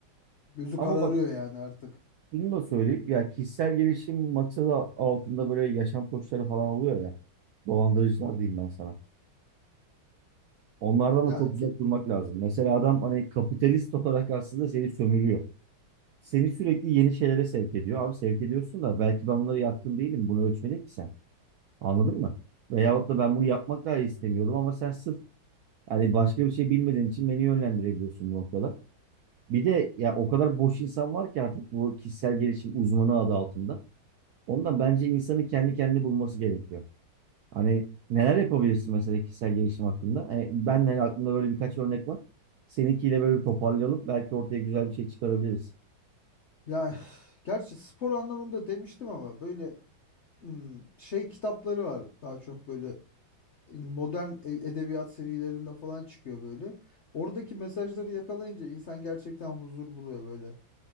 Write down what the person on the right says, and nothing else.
Ama
bak
şunu da söyleyeyim. Ya kişisel gelişim maksadı altında böyle yaşam koçları falan oluyor ya. Dolandırıcılar diyeyim ben sana. Onlardan
da çok uzak
durmak lazım. Mesela adam hani kapitalist olarak aslında seni sömürüyor. Seni sürekli yeni şeylere sevk ediyor. Abi sevk ediyorsun da belki ben bunlara yatkın değilim. Bunu ölçmedin ki sen. Anladın mı? Veyahut da ben bunu yapmak dahi istemiyordum ama sen sırf yani başka bir şey bilmediğin için beni yönlendirebiliyorsun bu noktada. Bir de ya o kadar boş insan var ki artık bu kişisel gelişim uzmanı adı altında. Ondan bence insanın kendi kendi bulması gerekiyor. Hani neler yapabilirsin mesela kişisel gelişim hakkında? Hani ben de aklımda böyle birkaç örnek var. Seninkiyle böyle bir toparlayalım. Belki ortaya güzel bir şey çıkarabiliriz.